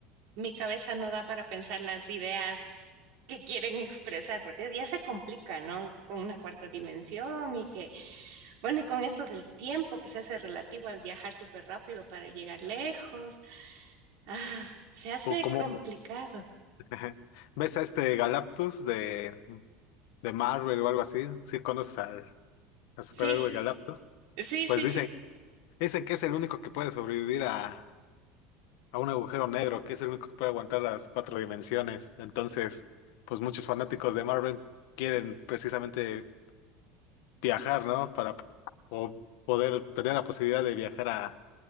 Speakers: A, on the right; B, on the left.
A: mi cabeza no da para pensar las ideas que quieren expresar, porque ya se complica, ¿no? Con una cuarta dimensión y que, bueno, y con esto del tiempo que se hace relativo al viajar súper rápido para llegar lejos, ah, se hace
B: O como
A: complicado.
B: <laughs> ves a este Galactus de, de Marvel o algo así, si conoces al, al superhéroe
A: Sí,
B: Galactus,
A: sí,
B: pues
A: sí,
B: dicen,
A: sí.
B: dicen que es el único que puede sobrevivir a, a un agujero negro, que es el único que puede aguantar las cuatro dimensiones. Entonces, pues muchos fanáticos de Marvel quieren precisamente viajar, ¿no? Para o poder tener la posibilidad de viajar a